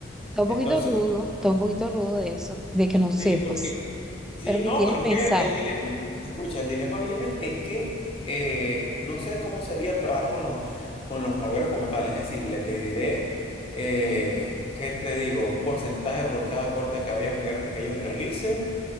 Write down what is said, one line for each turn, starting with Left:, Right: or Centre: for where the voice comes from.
Centre: Está un
Left: Entonces,
Centre: poquito rudo, está un poquito rudo de eso, de que no sepas.
Left: sí, porque... Sí,
Centre: Pero que
Left: no,
Centre: tienes
Left: pero es
Centre: pensado?
Left: que el dilema, escucha, el dilema viene es que eh, no sé cómo sería trabajar con los, con los barberos como tal, es decir, le pediré, eh, ¿qué te digo? Un porcentaje por cada corte de cabello que, re- que ellos realicen,